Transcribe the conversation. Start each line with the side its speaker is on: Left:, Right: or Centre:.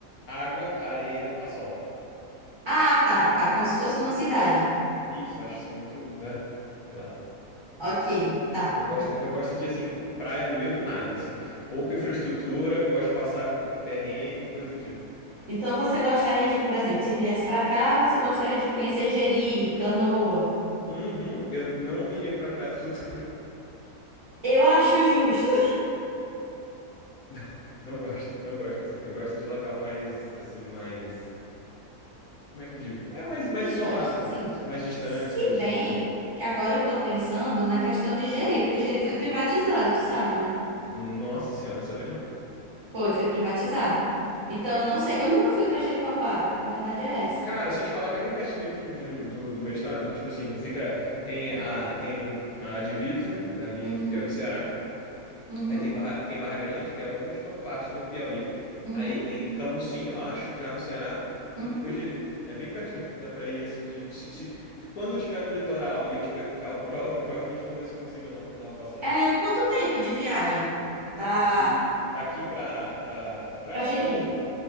Left: água, areia, asfalto.
Right: Ah, tá, tá, como se fosse numa cidade.
Left: Isso, eu acho isso muito. ah, sei lá.
Right: Ok, tá.
Left: Eu gosto, eu gosto de, assim, praia no meio do nada, assim. Pouca infraestrutura, gosto de passar perrengue, coisa do tipo.
Right: Então você gostaria de, por exemplo, se viesse pra cá, você gostaria de conhecer Jeri, Canoa.
Left: Uhum, eu não iria pra Praia do Futuro. <laughs>
Right: Eu acho justo.
Left: Não, não gosto, não gosto, assim. Eu gosto de local mais, assim, mais. Como é que eu digo? É mais,
Right: <laughs>
Left: mais
Right: Distante,
Left: isolados, mais,
Right: sim.
Left: mais distantes,
Right: Se
Left: coisas
Right: bem
Left: assim do tipo.
Right: que agora eu tô pensando na questão de Jeri, porque Jeri foi privatizado, tu sabe, né?
Left: Nossa senhora, não sabia não.
Right: Foi, foi privatizado. Então eu não sei, eu nunca fui pra Jericoacoara, verdade é essa.
Left: Cara, se eu te falar que é bem pertinho daqui de onde, do, do meu estado, tipo assim, fica, tem a, tem a divisa ali
Right: Uhum,
Left: entre Piauí e Ceará,
Right: uhum,
Left: aí tem Barra, tem Barra Grande, que é a última parte do Piauí,
Right: uhum.
Left: aí tem Camucim, eu acho, já no Ceará,
Right: uhum.
Left: e depois Jeri. É bem pertinho, dá pra ir assim de... de- se, se- quando eu tiver no litoral e eu tiver com um carro próprio, provavelmente eu vou ver se eu consigo ir lá, dar uma passada
Right: É, quanto tempo de viagem dá
Left: de daqui pra para praia
Right: pra Jeri?
Left: ou